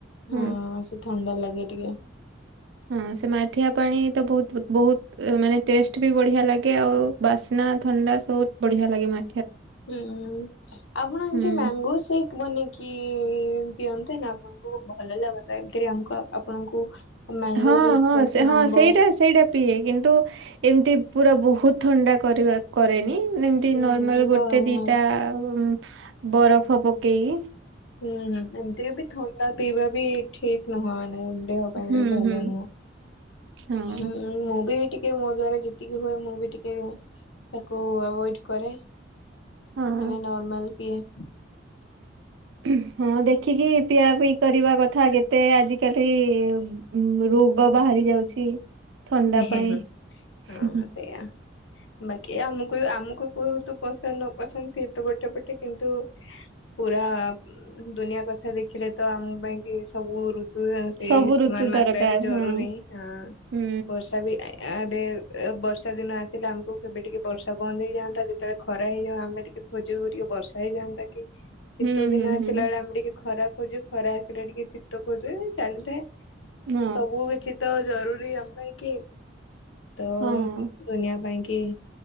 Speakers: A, on the left (about 75°); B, on the right (about 70°).
A: ହଁ-ଅ-ଅ
B: ହଁ
A: ସେ ଥଣ୍ଡା ଲାଗେ ଟିକେ
B: ହଁ ସେ ମାଠିଆ ପାଣି ତ ବହୁତ୍ ବହୁତ୍ ମାନେ ଟେଷ୍ଟ ବି ବଢ଼ିଆ ଲାଗେ ଆଉ ବାସ୍ନା ଥଣ୍ଡା ସବୁ ବଢ଼ିଆ ଲାଗେ ମା
A: ହୁଁ-ଉ-ଉ ଆପଣ ଏମତି
B: ହୁଁ
A: ମ୍ୟାଙ୍ଗୋ ସେକ୍ ବନେଇକି-ଇ-ଇ ପିଅନ୍ତେ ନା ଆପଣଙ୍କୁ ଭଲ ଲାଗନ୍ତା ଏମିତିରେ ଆମକୁ ଆପଣଙ୍କୁ ମ୍ୟାଙ୍ଗୋ
B: ହଁ
A: ବହୁତ
B: ହଁ
A: ପସନ୍ଦ
B: ସେ ହଁ
A: ଆମ୍ବ।
B: ସେଇଟା ସେଇଟା ପିଏ କିନ୍ତୁ ଏମିତି ପୁରା ବହୁତ ଥଣ୍ଡା କରିବା କରେନି, ମାନେ ଏମିତି
A: ହୁଁ
B: ନର୍ମାଲ
A: ହୁଁ
B: ଗୋଟେ ଦିଟା ଉଁ-ଉଁ ବରଫ ପକେଇକି
A: ହୁଁ-ହୁଁ ଏମିତିରେ ବି ଥଣ୍ଡା ପିଇବା ବି ଠିକ୍ ନୁହଁ ମାନେ ଦେହ ପାଇଁ
B: ହୁଁ
A: ବି ଭଲ
B: ହୁଁ।
A: ନୁହଁ।
B: ହଁ
A: ହୁଁ-ଉ-ଉ ମୁଁ ବି ଟିକ୍ କେ ମୋ ଦ୍ଵାରା ଯେତିକି ହୁଏ ମୁଁ ବି ଟିକେ ତାକୁ ଆଭୋଏଡ୍ କରେ।
B: ହଁ
A: ମାନେ ନର୍ମାଲ ପିଏ।
B: ହୁଁହୁଁ ଦେଖିକି ପିଆପିଇ କରିବା କଥା, କେତେ ଆଜିିକାଲି ଉଁ-ଉ ରୋଗ ବାହାରି ଯାଉଚି ଥଣ୍ଡା
A: ହୁଁ
B: ପାଇଁ
A: ହଁ
B: ହୁଁହୁଁ।
A: ସେଇଆ ବାକି ଆମକୁ ଆମକୁ କୁହତୁ ପସନ୍ଦ ନ ପସନ୍ଦ ସିଏ ତ ଗୋଟେ ପଟେ କିନ୍ତୁ ପୁରା ଉଁ ଦୁନିଆ କଥା ଦେଖିଲେ ତ ଆମ ପାଇଁ କି ସବୁ ଋ ତୁ ସେ
B: ସବୁ
A: ସମାନ
B: ଋତୁ ଦରକାର
A: ମାତ୍ରାରେ ଜରୁରୀ
B: ହଁ।
A: ହିଁ ହଁ
B: ହୁଁ
A: ବର୍ଷ୍ ର୍ଷା ବି ଏ-ଏବେ-ଏ ବର୍ଷା ଦିନ ଆସିଲେ ଆମକୁ କେବେ ଟିକେ ବର୍ଷା ବନ୍ଦ ହେଇଯାଆନ୍ତା ଯ ଯେତେବେଳେ ଖରା ହେଇଯାଉ ଆମେ ଟିକେ ଖୋଜୁ ଟିକେ ବର୍ଷ ହେଇଯାନ୍ତା କି ଶୀତ
B: ହୁଁ
A: ଦିନ
B: ହୁଁ
A: ଆସିଲା
B: ହୁଁ।
A: ବେଳେ ଆମେ ଟିକେ ଖରା ଖୋଜୁ ଖରା ଆସିଲେ ଟିକେ ଶୀତ ଖୋଜୁ ଏ-ଏ ଚାଲିଥାଏ।
B: ମୁଁ
A: ସବୁ କିଛି ତ ଜରୁରୀ ଆମ ପାଇଁ କି, ତ
B: ହଁ।
A: ଦୁନିଆ ପାଇଁ କି।